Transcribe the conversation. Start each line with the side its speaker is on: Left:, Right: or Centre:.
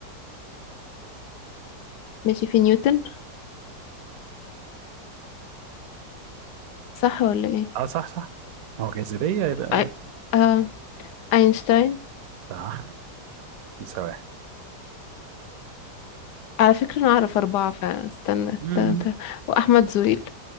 Left: ماشي في نيوتن صح ولا ايه
Right: اه صح صح هو جاذبيه يبقى
Left: أي... آه... اينشتاين
Right: صح لسه واحد
Left: على فكرة انا اعرف اربعة فعلا استنى
Right: امم
Left: تا- تا- واحمد زويل